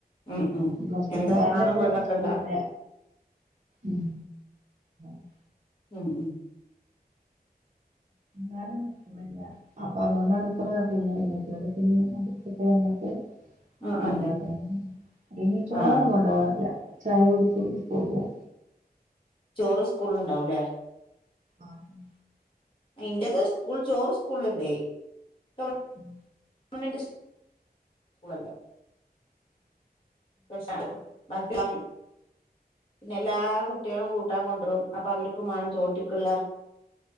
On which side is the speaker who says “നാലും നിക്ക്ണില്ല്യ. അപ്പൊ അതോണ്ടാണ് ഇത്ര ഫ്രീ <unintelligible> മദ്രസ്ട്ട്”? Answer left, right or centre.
Right